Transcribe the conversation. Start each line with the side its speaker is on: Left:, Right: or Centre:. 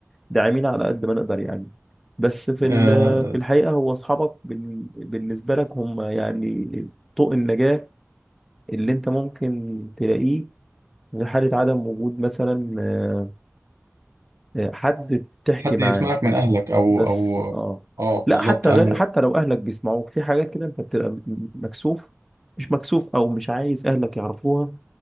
Centre: داعمين على قد ما نقدر يعني بس في
Right: أه
Centre: ال- في الحقيقة هو أصحابك بال- بالنسبة لك هم يعني طوق النجاة اللي أنت ممكن تلاقيه في حالة عدم وجود مثلا آه، آه، حد تحكي
Right: حد
Centre: معاه
Right: يسمعك من اهلك او
Centre: بس
Right: او
Centre: اه
Right: اه بالظبط
Centre: لا حتى
Right: انا
Centre: غير حتى لو أهلك بيسمعوك في حاجات كده أنت بتبقى م- مكسوف مش مكسوف أو مش عايز أهلك يعرفوها